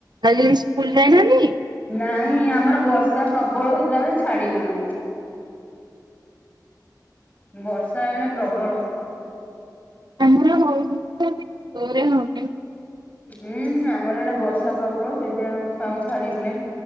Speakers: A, on the right; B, on the left.
A: ଆଜି ସ୍କୁଲ ଯାଇନାହାନ୍ତି?
B: ନାଇଁ ଆମର ବର୍ଷା ପ୍ରବଳ ହଉଥିଲା ବଲି ଛାଡିଲୁନୁ। ବର୍ଷା ଏଣେ ପ୍ରବଳ।
A: <unintelligible> <unintelligible>
B: ହୁଁ ଆମର ଇଆଡେ ବର୍ଷା ପ୍ରବଳ ସେଇଥି ପାଇଁ ଛୁଆ କୁ ଛାଡିଲୁନି।